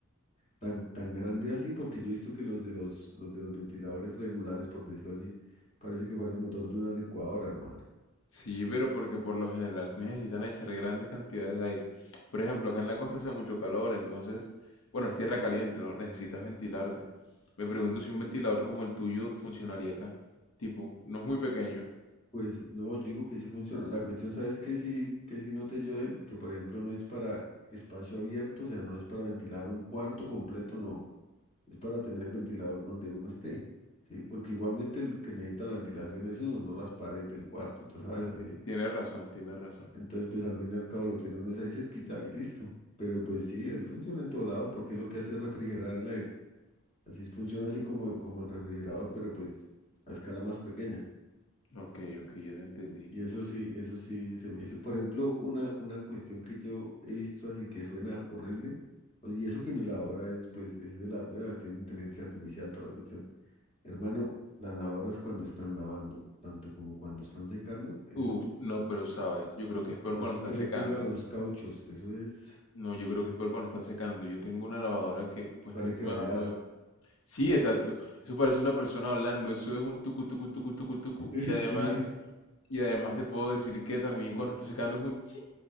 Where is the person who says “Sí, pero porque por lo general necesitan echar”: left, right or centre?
Left